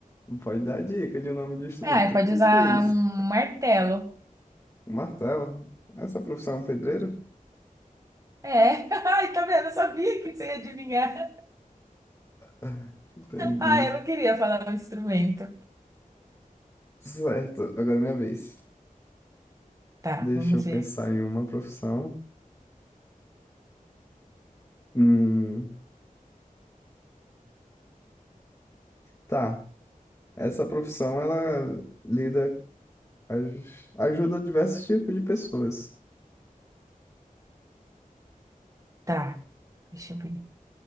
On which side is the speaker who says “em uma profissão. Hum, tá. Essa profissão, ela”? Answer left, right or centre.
Left